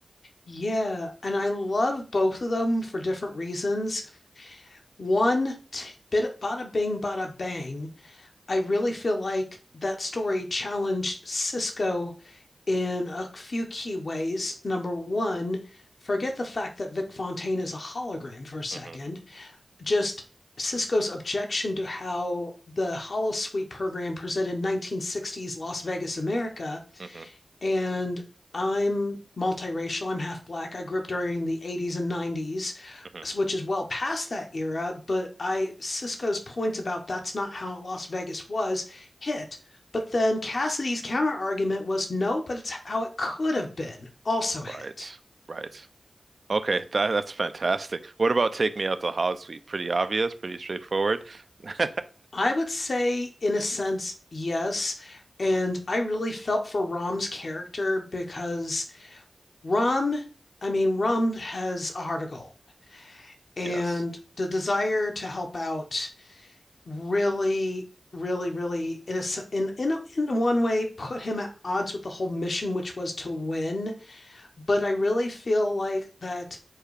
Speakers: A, on the left (about 65°); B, on the right (about 60°).
A: Yeah, and I love both of them for different reasons. One, t- bit Bada Bing, Bada Bang I really feel like that story challenged Cisco in a few key ways. Number one, forget the fact that Vic Fontaine is a hologram for a second.
B: hmm
A: Just Cisco's objection to how the Holosuite program presented 1960s Las Vegas, America,
B: hmm
A: and I'm multiracial. I'm half black. I grew up during the 80s and 90s,
B: hmm
A: which is well past that era. But I, Cisco's points about that's not how Las Vegas was hit. But then Cassidy's counter argument was no, but it's how it could have been also hit.
B: Right. Right. Okay, that that's fantastic. What about Take Me Out to Hollywood Suite? Pretty obvious, pretty straightforward. <laughs>
A: I would say, in a sense, yes. And I really felt for Rom's character because Rom, I mean, Rom has a heart of gold. and
B: Yes.
A: the desire to help out really really really in a in in, in one way put him at odds with the whole mission which was to win but i really feel like that